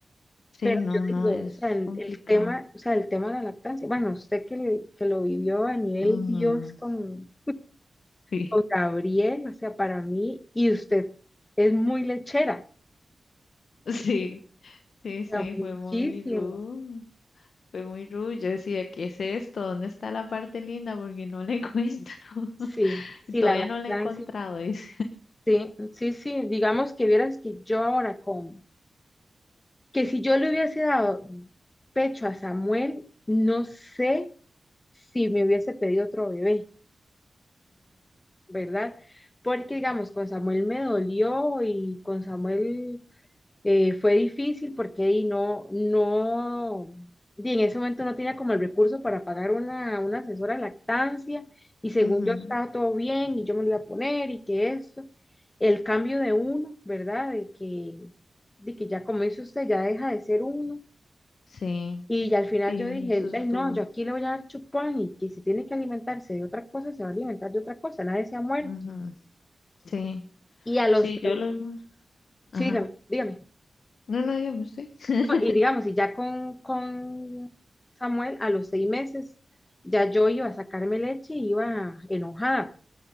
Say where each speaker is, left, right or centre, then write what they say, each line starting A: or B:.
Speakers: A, on the left (about 75°); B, on the left (about 25°).
A: sí,
B: pero
A: no,
B: yo
A: no
B: digo,
A: es
B: o sea, en
A: complicado.
B: el tema, o sea, el tema de la lactancia, bueno, usted que, que lo vivió a nivel
A: Ujú,
B: Dios con
A: Sí,
B: con
A: <laughs>
B: Gabriel, o sea, para mí, y usted es muy lechera,
A: sí, sí,
B: o
A: sí,
B: sea, muchísimo.
A: fue muy rude, fue muy rude. Yo decía, ¿qué es esto? ¿Dónde está la parte linda? Porque no la encuentro. <laughs>
B: Sí,
A: Y
B: sí,
A: Todavía
B: la lactancia,
A: no la he encontrado, dice.
B: sí, sí, sí, digamos que vieras que yo ahora como, que si yo le hubiese dado pecho a Samuel, no sé si me hubiese pedido otro bebé, ¿verdad? Porque, digamos, con Samuel me dolió y con Samuel Eh, fue difícil porque ahí no, no, di en ese momento no tenía como el recurso para pagar una, una asesora de lactancia y según
A: Ujú, ujú,
B: yo estaba todo bien y yo me lo iba a poner y que esto, el cambio de uno, ¿verdad? De que, de que ya como dice usted, ya deja de ser uno.
A: Sí,
B: Y ya al final
A: sí,
B: yo dije,
A: eso es
B: "Ve, no,
A: duro.
B: yo aquí le voy a dar chupón y que si tiene que alimentarse de otra cosa, se va a alimentar de otra cosa, nadie se ha muerto.
A: Ujú, Sí,
B: Y a los
A: sí,
B: tres,
A: yo lo...
B: sí,
A: Ajá.
B: dígame, dígame.
A: No, no, dígame usted. <laughs>
B: No, y digamos, y ya con, con Samuel, a los seis meses, ya yo iba a sacarme leche y iba enojada,